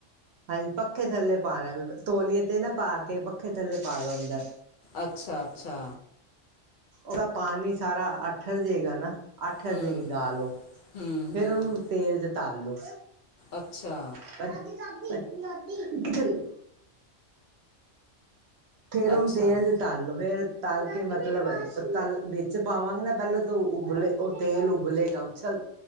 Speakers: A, on the right (about 65°); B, on the left (about 55°).
A: ਹਾਂਜ ਪੱਖੇ ਥੱਲੇ ਪਾਣਾ ਤੌਲੀਏ ਤੇ ਨਾ ਪਾ ਕੇ ਪੱਖੇ ਥੱਲੇ ਪਾ ਦਉ ਅੰਦਰ।
B: ਅੱਛਾ ਅੱਛਾ।
A: ਔਦਾ ਪਾਣੀ ਸਾਰਾ ਆਠਰ ਜੇਗਾ ਨਾ। ਆਠਰ
B: ਹੂੰ
A: ਜੇਗੀ ਦਾਲ ਓ।
B: ਹੂੰ ਹੂੰ
A: ਫੇਰ ਔਨੂੰ ਤੇਲ ਚ ਤਲ ਲੋ।
B: ਅੱਛਾ।
A: <unintelligible> ਫੇਰ ਔਨੂੰ
B: ਅੱਛਾ
A: ਤੇਲ ਦਿ ਤਲ ਲੋ ਫੇਰ ਤਲ ਕੇ ਮਤਲਬ ਤਲ ਵਿੱਚ ਪਾਵਾਂਗੇ ਨਾ ਪੈਲੇ ਤੇ ਉਬਲੇ ਓ ਤੇਲ ਉਬਲੇਗਾ ਉਛਲ